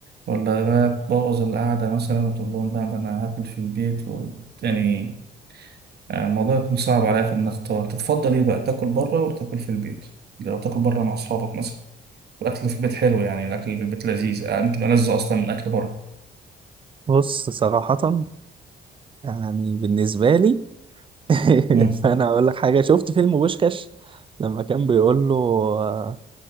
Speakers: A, on the right; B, on the right.
A: ولا بقى تبوظ القعده مثلا وتقول لهم لا ده انا هاكل في البيت و... يعني آه، الموضوع يكون صعب عليا في ان اختار تتفضل ايه بقى تاكل بره ولا تاكل في البيت لو تاكل بره مع اصحابك مثلا والاكل في البيت حلو يعني الاكل في البيت لذيذ آه، يمكن ألذ اصلا من اكل بره
B: بص صراحة يعني بالنسبة لي <laughs>
A: مم.
B: فأنا أقول لك حاجة شفت فيلم بوشكاش لما كان بيقول له آه،